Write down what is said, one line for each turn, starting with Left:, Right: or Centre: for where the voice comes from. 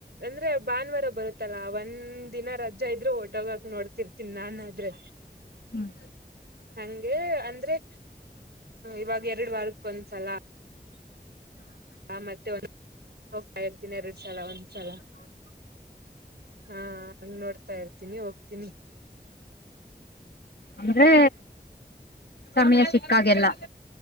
Right: ಅಂದ್ರೆ ಭಾನುವಾರ ಬರುತ್ತಲ್ಲಾ ಒಂದ್ ದಿನ ರಜೆ ಇದ್ರು ಹೊಟೋಗಕ್ ನೋಡ್ತಿರ್ತೀನಿ ನಾನ ಆದ್ರೆ
Left: ಹ್ಮ್
Right: ಹಂಗೆ ಅಂದ್ರೆ ಇವಾಗ ಎರಡು ವಾರಕ್ಕ ಒಂದ್ಸಲ ಹಾ ಮತ್ತೆ ಒಂದ ಹೋಗ್ತಾ ಇರ್ತೀನಿ ಎರಡ್ ಸಲ ಒಂದ್ಸಲ ಹಾ ಹಾ ನೋಡ್ತಾ ಇರ್ತೀನಿ ಹೋಗ್ತೀನಿ
Left: ಅಂದ್ರೆ ಸಮಯ ಸಿಕ್ಕಾಗೆಲ್ಲ